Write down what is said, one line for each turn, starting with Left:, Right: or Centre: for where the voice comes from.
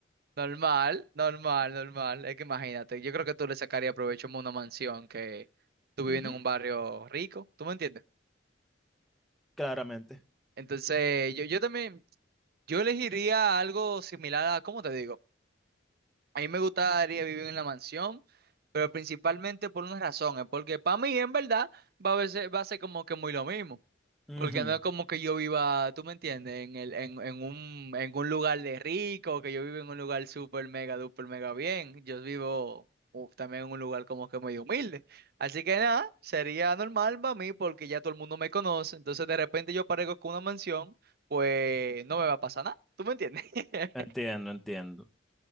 Right: Normal, normal, normal. Es que imagínate, yo creo que tú le sacarías provecho a una mansión que tú viviendo
Centre: <laughs> Ujú,
Right: en un barrio rico, ¿tú me entiendes?
Centre: claramente.
Right: Entonces, yo, yo también, yo elegiría algo similar a, ¿cómo te digo? A mí me gustaría vivir en la mansión, pero principalmente por una razón, es porque para mí en verdad va a ser, va a ser como que muy lo mismo.
Centre: Ujú,
Right: Porque no es como que yo viva, tú me entiendes, en el, en, en un, en un lugar de rico, que yo vivo en un lugar súper mega, duper mega bien. Yo vivo uh, también en un lugar como que medio humilde. Así que nada, sería normal para mí porque ya todo el mundo me conoce. Entonces de repente yo aparezco con una mansión, pues no me va a pasar nada. ¿Tú me entiendes? <laughs>
Centre: Entiendo, entiendo.